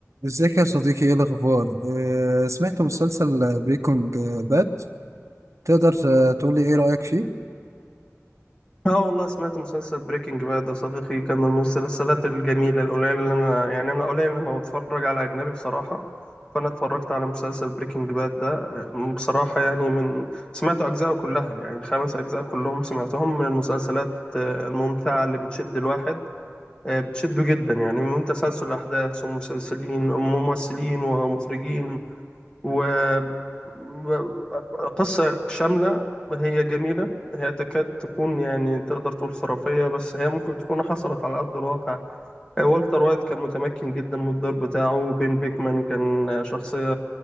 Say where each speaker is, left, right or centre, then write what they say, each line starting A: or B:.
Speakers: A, on the right; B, on the left.
A: ازيك يا صديقي ايه الاخبار آه، سمعت مسلسل بريكنج باد تقدر آه، تقولي ايه رأيك فيه
B: اه والله سمعت مسلسل بريكنج باد يا صديقي كان من المسلسلات الجميلة القليلة اللي أنا يعني أنا قليل لما بتفرج على أجنبي بصراحة فأنا اتفرجت على مسلسل بريكنج باد ده آه، بصراحة يعني من سمعت أجزاءه كلها يعني الخمس أجزاء كلهم سمعتهم من المسلسلات آه، الممتعة اللي بتشد الواحد آه، بتشده جدا يعني من تسلسل الأحداث ومسلسلين وممثلين ومخرجين وقصة شاملة هي جميلة هي تكاد تكون يعني تقدر تقول خرافية بس هي ممكن تكون حصلت على أرض الواقع والتر وايت كان متمكن جدا من الدور بتاعه بين بيكمان كان شخصية